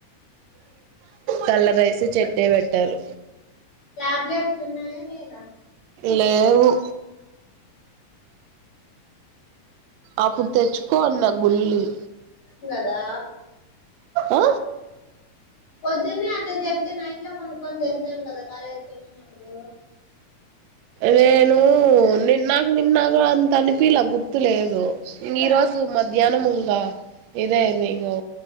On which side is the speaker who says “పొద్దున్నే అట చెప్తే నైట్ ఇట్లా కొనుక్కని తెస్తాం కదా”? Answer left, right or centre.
Left